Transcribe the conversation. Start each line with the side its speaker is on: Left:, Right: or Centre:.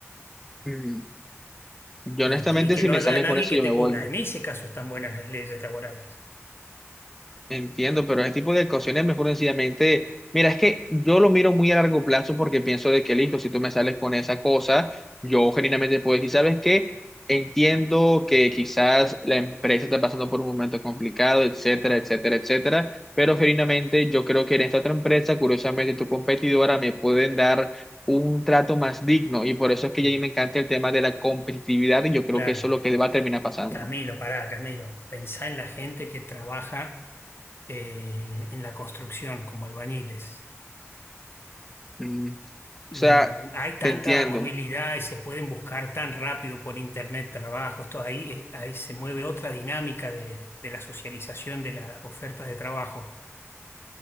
Centre: mm, yo
Left: y,
Centre: honestamente
Left: que y que
Centre: si
Left: no
Centre: me
Left: haya
Centre: salen
Left: nadie
Centre: con eso,
Left: que
Centre: yo
Left: te
Centre: me voy.
Left: cubra. En ese caso están buenas las leyes laborales.
Centre: Entiendo, pero ese tipo de ocasiones mejor sencillamente, mira, es que yo lo miro muy a largo plazo porque pienso de que listo, si tú me sales con esa cosa, yo genuinamente puedo decir, ¿sabes qué? Entiendo que quizás la empresa está pasando por un momento complicado, etcétera, etcétera, etcétera, pero genuinamente yo creo que en esta otra empresa, curiosamente tu competidora, me pueden dar un trato más digno y por eso es que
Left: Mm,
Centre: a mí me encanta el tema de la competitividad y yo creo
Left: Claro.
Centre: que eso es lo que va a terminar pasando.
Left: Camilo, pará, Camilo. Pensá en la gente que trabaja eh, en la construcción como albañiles.
Centre: Mm, O
Left: Mm,
Centre: sea,
Left: Hay tanta
Centre: te entiendo.
Left: movilidad y se pueden buscar tan rápido por internet trabajos. Todo ahí, eh, ahí se mueve otra dinámica de, de la socialización de las ofertas de trabajo.